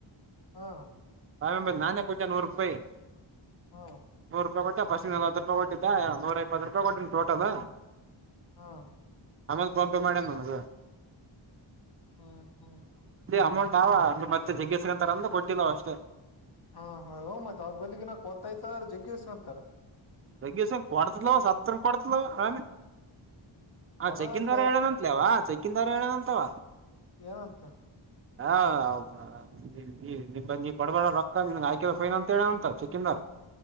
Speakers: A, on the left; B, on the right.
A: ಹಾ.
B: ಆಮೇಲೆ ನಾನೇ ಕೊಟ್ಟೆ ನೂರು ರೂಪಾಯಿ
A: ಹಾ.
B: ನೂರು ಕೊಟ್ಟ ಫಸ್ಟ್ ನಲ್ವತ್ತು ರೂಪಾಯಿ ಕೊಟ್ಟಾ ನೂರೈಪ್ಪತ್ತು ರೂಪಾಯಿ ಕೊಟ್ಟಿನ ಟೋಟಲ್
A: ಹಾ
B: ಆಮೇಲೆ ಫೋನ್ ಪೇ ಮಾಡವ್ನೆ ನನಗ <inaudible>
A: ಹ್ಮ್ ಹ್ಮ್
B: ಅಮೌಂಟ್. ತಾವ ಅಂದ ಮತ್ತೆ ಜಗ್ಗಸ್ಕಂತಾರಂದು ಕೊಟ್ಟಿಲ್ಲವ ಅಷ್ಟೇ.
A: ಹಾ ಹಾ ಓ ಮತ್ತೆ ಅವ್ರ ಬಲ್ಲಿಗಿನತ್ತಯ್ತ ಜಗ್ಗಿಸ್ಕಂತಾರ.
B: ಜಗ್ಗಿಸ್ಕಂಡ್ ಕೊಡತಲ ಸತ್ತರಂಗ ಕೊಡತಲ ಆ ಆ
A: ಹೊಡದಲ್ಲೇ
B: ಚೆಕ್ಕನ್ ದಾರ ಹೇಳೋಣ ಅಂತಲವಾ ಚೆಕ್ಕನ್ ದಾರ ಹೇಳೋಣಂತವಾ
A: ಏನಂತ
B: ಹಬ ನೀ ನಿ ನೀ ಕೊಡಬ ರೊಕ್ಕ ನಿನ್ಗೆ ಆಯ್ಕದ ಫೈನ್ ಅಂತ ಹೇಳಂತ ಚೆಕ್ಕಿಂದರು.